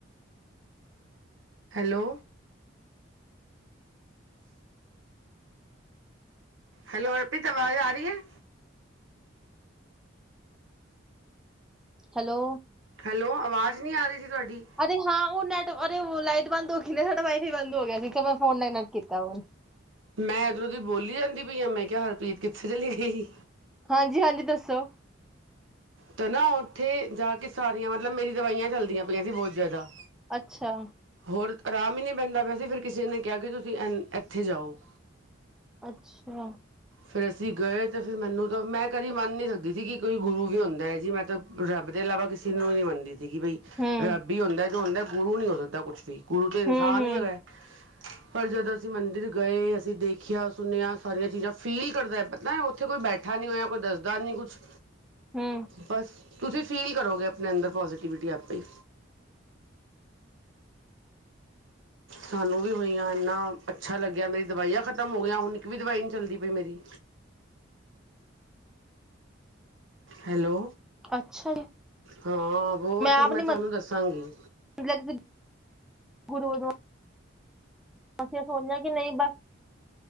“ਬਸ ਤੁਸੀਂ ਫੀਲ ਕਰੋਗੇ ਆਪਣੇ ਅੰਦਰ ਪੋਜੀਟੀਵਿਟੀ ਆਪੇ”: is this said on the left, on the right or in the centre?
Right